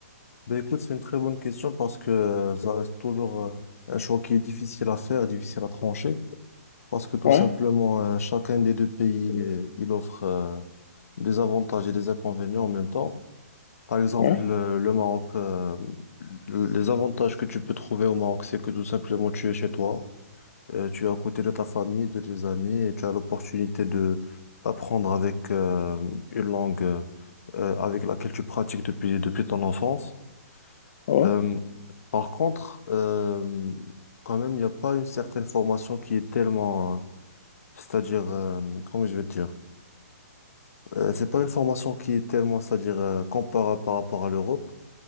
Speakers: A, on the left; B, on the left.
A: Ben écoute, c'est une très bonne question parce que euh, ça reste toujours euh, un choix qui est difficile à faire, difficile à trancher, parce que tout
B: Ouais,
A: simplement, euh, chacun des deux pays, euh, il offre euh, des avantages et des inconvénients en même temps. Par exemple,
B: ouais,
A: euh, le Maroc, euh, le- les avantages que tu peux trouver au Maroc, c'est que tout simplement, tu es chez toi, euh, tu es à côté de ta famille, de tes amis, et tu as l'opportunité de d'apprendre avec euh, une langue euh, avec laquelle tu pratiques depuis, depuis ton enfance.
B: ouais,
A: Euh, par contre, euh, quand même, il n'y a pas une certaine formation qui est tellement, euh, c'est-à-dire, euh, comment je vais te dire, Euh, c'est pas une formation qui est tellement, c'est-à-dire, euh, comparable par rapport à l'Europe,